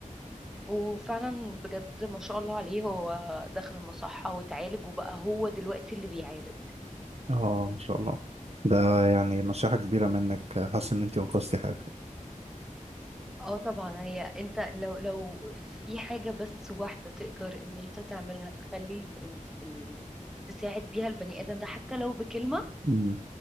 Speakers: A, in the centre; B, on the right.
A: وفعلا بجد ما شاء الله عليه هو دخل المصحة وتعالج وبقى هو دلوقتي اللي بيعالج
B: اه ان شاء الله ده يعني نصيحة كبيرة منك حاسس ان انت انقذتي حياته
A: اه طبعا هي انت لو لو في حاجة بس واحدة تقدر ان انت تعملها تخلي ال... ال... تساعد بيها البني ادم ده حتى لو بكلمة
B: أمم.